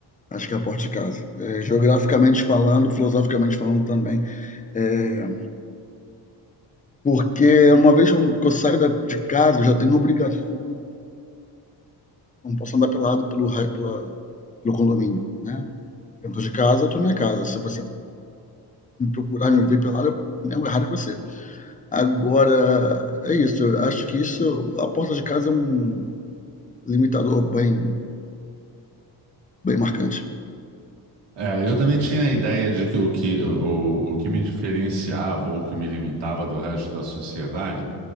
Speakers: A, on the left (about 20°); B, on the right (about 75°).
A: Acho que é a porta de casa. É, geograficamente falando, filosoficamente falando também. É, porque uma vez que eu saio da- de casa, eu já tenho obrigações. eu Não posso andar pelado pelo, ra- pela, pelo condomínio, né? Dentro de casa, eu tô na minha casa. Se você me procurar, me ver pelado, né, o errado é você. Agora, é isso. Eu acho que isso, a porta de casa é um limitador bem, bem marcante.
B: É, eu também tinha a ideia de que o que, o, o que me diferenciava ou que me limitava do resto da sociedade